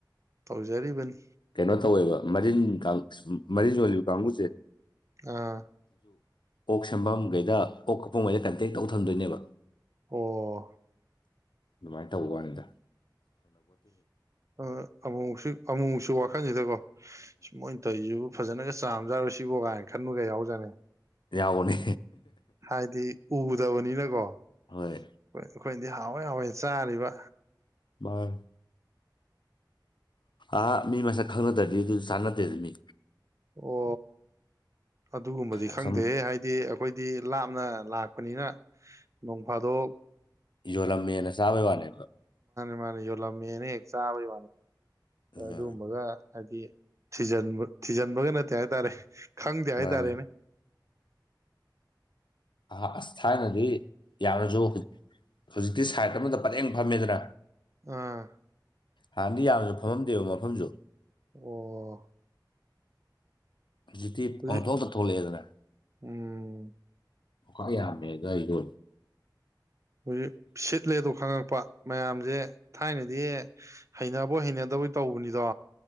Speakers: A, on the right; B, on the left.
A: ꯇꯧꯖꯔꯤꯕꯅꯤ
B: ꯀꯩꯅꯣ ꯇꯧꯋꯦꯕ ꯃꯔꯤꯟ ꯃꯔꯤꯁꯨꯣꯜꯂꯤꯌꯨ ꯀꯥꯡꯕꯨꯁꯦ
A: ꯑꯥ
B: ꯀꯣꯛ ꯁꯐꯝꯝꯈꯩꯗ ꯀꯣꯛ ꯀꯄꯣꯡꯉꯩꯗ ꯀꯟꯇꯦꯛ ꯇꯧ ꯊꯝꯗꯣꯏꯅꯦꯕ
A: ꯑꯣ
B: ꯑꯗꯨꯃꯥꯏꯅ ꯇꯧꯕꯅꯤꯗ
A: ꯑ ꯑꯕꯣꯡꯁꯤ ꯑꯃꯨꯛꯁꯨ ꯋꯥꯈꯟꯁꯤꯗꯀꯣ ꯁꯨꯃꯣꯏꯅ ꯇꯧꯁꯨ ꯐꯖꯅꯒ ꯆꯥꯝꯖꯥꯔꯨꯣꯏ ꯁꯤꯕꯣ ꯀꯥꯏꯅ ꯈꯟꯂꯒ ꯌꯥꯎꯖꯅꯤ
B: ꯌꯥꯎꯕꯅꯦ
A: ꯍꯥꯏꯗꯤ ꯎꯗꯕꯅꯤꯅꯀꯣ
B: ꯍꯣꯏ
A: ꯍꯣꯏ ꯑꯩꯈꯣꯏ ꯗꯤ ꯍꯥꯎꯋꯦ ꯍꯥꯎꯋꯏ ꯆꯥꯔꯤꯕ
B: ꯚꯥꯏ ꯑꯥ ꯃꯤ ꯃꯁꯛ ꯈꯪꯅꯗ꯭ꯔꯗꯤ ꯑꯗꯨꯗꯤ ꯆꯥꯟꯅꯗꯦ ꯑꯗꯨ ꯃꯤ
A: ꯑꯣ ꯑꯗꯨꯒꯨꯝꯕꯗꯤ
B: ꯑꯁꯨꯝ
A: ꯈꯪꯗꯦ ꯍꯥꯏꯗꯤ ꯑꯩꯈꯣꯏꯗꯤ ꯂꯥꯞꯅ ꯂꯥꯛ ꯊꯣꯛꯄꯅꯤꯅ ꯅꯣꯡꯐꯥꯗꯣꯛ
B: ꯌꯣ ꯂꯝꯃꯤꯅ ꯁꯥꯎ ꯑꯣꯏ ꯋꯥꯅꯦ
A: ꯃꯥ ꯌ ꯂꯝꯃꯤ ꯍ ꯆꯥꯕꯩ
B: ꯎꯝ
A: ꯑꯗꯨꯒꯕꯒ ꯍꯥꯏꯗꯤ ꯊꯤꯖꯤꯟꯕ ꯊꯤꯖꯤꯟꯕꯒ ꯅꯠꯇꯦ ꯍꯥꯏꯇꯥꯔꯦ ꯈꯪꯗꯦ ꯍꯥꯏꯇꯥꯔꯦꯅꯦ
B: ꯃꯥꯅꯦ ꯑ ꯑꯁ ꯊꯥꯏꯅꯗꯤ ꯌꯥꯝꯔꯁꯨ ꯍꯧꯖꯤꯛꯇꯤ ꯁꯥꯏꯠ ꯑꯃꯗ ꯄꯠꯦꯡ ꯐꯝꯃꯦꯗꯅ
A: ꯑꯥ
B: ꯍꯥꯟꯅꯗꯤ ꯌꯥꯝꯅꯁꯨ ꯐꯝꯃꯝꯗꯦꯕ ꯃꯐꯝꯁꯨ
A: ꯑꯣ
B: ꯍꯧꯖꯤꯛꯇꯤ
A: ꯍꯧꯖꯤꯛ
B: ꯄꯪꯊꯣꯛꯇ ꯊꯣꯛꯂꯛꯑꯦꯗꯅ
A: ꯎꯝ
B: ꯈ ꯌꯥꯝꯃꯦꯗ ꯑꯩ ꯂꯣ
A: ꯍꯧꯖꯤꯛ ꯁꯤꯠꯂꯦꯗꯣ ꯈꯪꯉꯛꯄ ꯃꯌꯥꯝꯁꯦ ꯊꯥꯏꯅꯗꯤ ꯍꯩꯅꯕꯣꯏ ꯍꯩꯅꯗꯕꯣꯏ ꯇꯧꯕꯅꯤꯗꯣ